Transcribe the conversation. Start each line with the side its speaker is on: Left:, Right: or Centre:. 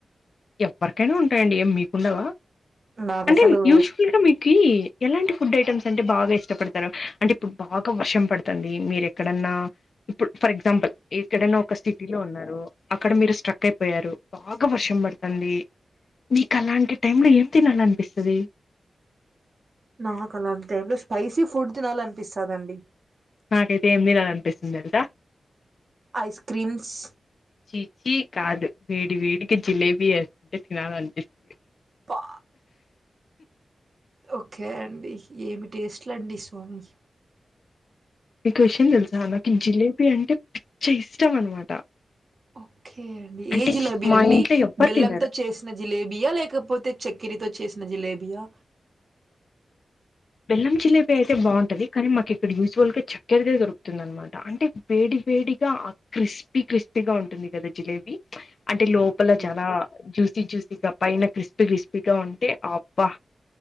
Left: ఎవ్వరికైనా ఉంటాయండి ఏం మీకుండవా
Right: నాకు
Left: అంటే
Right: అసలు
Left: యూజువల్ గా మీకు ఎలాంటి ఫుడ్ ఐటమ్స్ అంటే బాగా ఇష్టపడతారు అంటే ఇప్పుడు బాగా వర్షం పడుతుంది మీరు ఎక్కడన్నా ఇప్పుడు ఫర్ ఎగ్జాంపుల్ ఎక్కడైనా ఒక సిటీలో ఉన్నారు అక్కడ మీరు స్ట్రక్ అయిపోయారు బాగా వర్షం పడుతున్ది తుంది మీకు అలాంటి టైమ్ లో ఏం తినాలనిపిస్తుంది
Right: నాకు అలాంటి టైంలో స్పైసీ ఫుడ్ తినాల అనిపిస్తదన్డి
Left: నాకైతే ఏమి తినాల అనిపిస్తుంది తెల్సా
Right: ఐస్ క్రీమ్స్
Left: చీచీ కాదు వేడి వేడికి జిలేబీ వేస్తుంటే తినాలి అనిపిస్తుంది
Right: పా ఓకే అండి ఏమి టేస్ట్లుండి సోమి
Left: మీకు ఒక విషయం తెలుసా నాకు జిలేబీ అంటే పిచ్చ ఇష్టం అనమాట
Right: ఓ ఓకే అండి
Left: అంటే
Right: ఏ జిలేబీ
Left: మా
Right: అండి
Left: ఇంట్లో ఎవ్వరు
Right: బెల్లంతో
Left: తినరు
Right: చేసిన జిలేబియా లేకపోతే చకిరతో చేసిన జిలేబియా
Left: బెల్లం జిలేబి అయితే బాగుంటది కానీ మాకు ఇక్కడ యూజఫుల్ గా చక్కెరదే దొరుకుతుంది అనమాట అంటే వేడి వేడిగా ఆ క్రిస్పీ క్రిస్పీగా ఉంటుంది కదా జిలేబీ అంటే లోపల
Right: ఓకే.
Left: చాలా జూస్ చూసిగా పైన క్రిస్పీ క్రిస్పీగా ఉంటే అబ్బా